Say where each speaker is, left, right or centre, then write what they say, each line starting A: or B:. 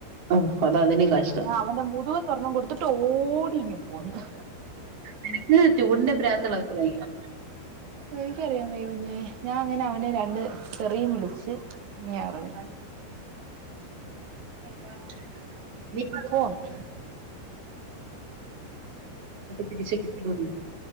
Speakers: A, on the right (about 40°); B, on the right (about 55°).
A: ഓഹ് അത് അതിനും കഷ്ടം
B: ആ അവന്റെ മുതുകത്ത് ഒരണ്ണം കൊടുത് എന്നിട്ട് ഓടി ഇങ്ങ് പോന്ന് <inaudible>
A: നിനക്ക് ചൂടിന്റെ പ്രാന്തുള്ള കൊച്ചിനായിരിക്കും
B: എനിക്കറിയാൻ വയ്യ കുഞ്ഞേ ഞാൻ അങ്ങനെ അവനെ രണ്ട് തെറിയും വിളിച്ച് ഞാൻ അറിഞ്ഞ്
A: എന്താ നീ
B: പോന്ന്
A: തിരിച്ച് കിട്ടും